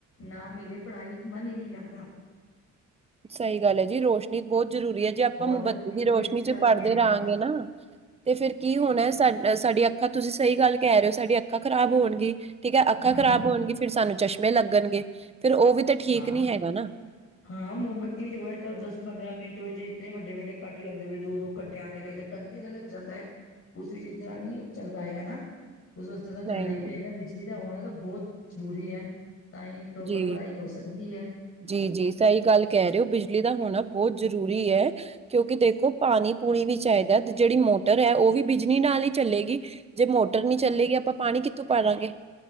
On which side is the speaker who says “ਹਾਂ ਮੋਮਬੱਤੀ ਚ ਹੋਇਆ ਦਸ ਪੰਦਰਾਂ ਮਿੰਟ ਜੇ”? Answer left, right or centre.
Left